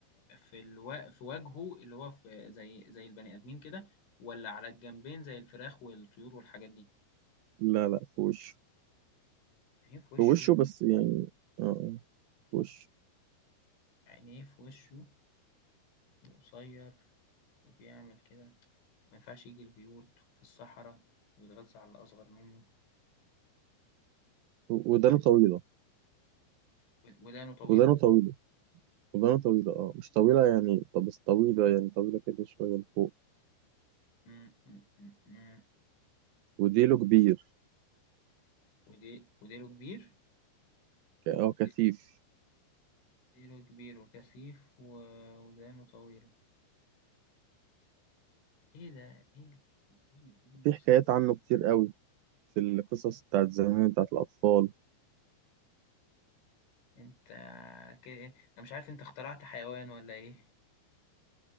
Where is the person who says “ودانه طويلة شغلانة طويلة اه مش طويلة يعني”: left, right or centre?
Right